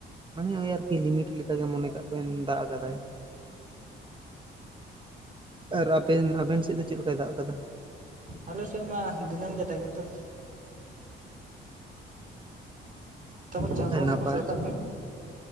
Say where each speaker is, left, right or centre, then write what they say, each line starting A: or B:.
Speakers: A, on the right; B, on the right.
A: ᱢᱟᱱᱮ ᱳᱭ ᱟᱨᱠᱤ ᱞᱤᱢᱤᱴ ᱞᱮᱠᱟ ᱜᱮ ᱢᱚᱱᱮ ᱠᱟᱜ ᱵᱮᱱ ᱫᱟᱜ ᱠᱟᱫᱟᱭ᱾ ᱟᱨ ᱟᱵᱮᱱ ᱟᱵᱮᱱ ᱥᱮᱜ ᱫᱚ ᱪᱮᱫ ᱞᱮᱠᱟᱭ ᱫᱟᱜ ᱠᱟᱫᱟ?
B: ᱟᱞᱮ ᱥᱮᱜ ᱢᱟ ᱫᱤᱱᱟᱹᱢ ᱜᱮ ᱫᱟᱜ ᱮᱫ ᱫᱚᱭ᱾ ᱛᱟᱯᱚᱨ ᱪᱟᱥ
A: ᱦᱮᱸ
B: ᱵᱟᱥ
A: ᱱᱟᱯᱟᱭ
B: ᱠᱚ <unintelligible>